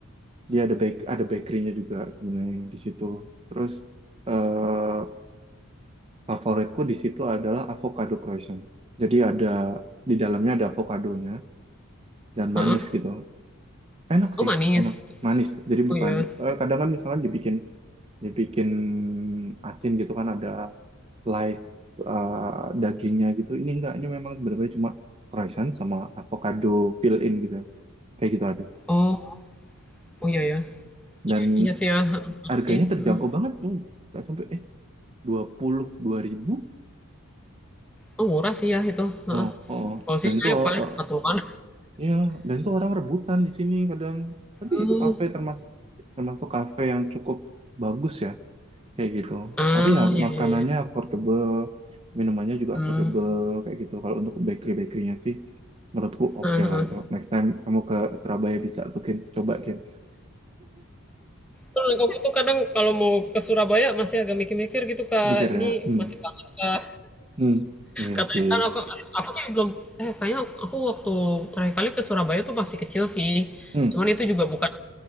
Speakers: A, on the right (about 25°); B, in the centre.
A: dia ada bake ada bakerynya juga sebenarnya di situ. Terus eh Favoritku di situ adalah avocado croissant. Jadi ada di dalamnya ada avokadonya dan
B: Heeh.
A: manis gitu. Enak
B: Oh
A: sih,
B: manis.
A: enak manis. Jadi
B: Oh
A: bukan
B: ya,
A: eh, kadang kan misalkan dibikin dibikin asin gitu kan ada slice eh, dagingnya gitu. Ini enggak, ini memang benar-benar cuma croissant sama avocado fill in gitu. Kayak gitu aja.
B: oh oh iya ya,
A: Dan
B: iya iya sih ya, heeh, murah
A: harganya
B: sih,
A: terjangkau
B: mhm,
A: banget. cuy. Nggak sampai eh 22.000.
B: oh murah sih ya itu,
A: Oh,
B: heeh,
A: oh, oh.
B: kalau
A: Dan
B: sini
A: itu
B: saya
A: eh,
B: paling patungan,
A: Ya, dan itu orang rebutan di sini kadang. Tapi
B: mmm,
A: itu kafe termasuk termasuk kafe yang cukup bagus ya, kayak gitu.
B: ah,
A: Tapi ya
B: iya
A: makanannya
B: iya iya,
A: affordable, minumannya juga
B: mmm,
A: affordable, kayak gitu. Kalau untuk bakery-bakerynya sih, menurutku oke
B: heeh heeh.
A: lah itu. Next time kamu ke Surabaya bisa tuh Kin. coba Kin.
B: Bener, kamu tuh kadang kalau mau ke Surabaya masih agak mikir-mikir gitu, Kak,
A: Mikir ya,
B: ini
A: hmm,
B: masih panas kah?
A: hmm, iya
B: Katanya
A: sih,
B: kan aku aku sih belum eh, kayaknya aku waktu terakhir kali ke Surabaya tuh masih kecil sih,
A: hmm,
B: cuman itu juga bukan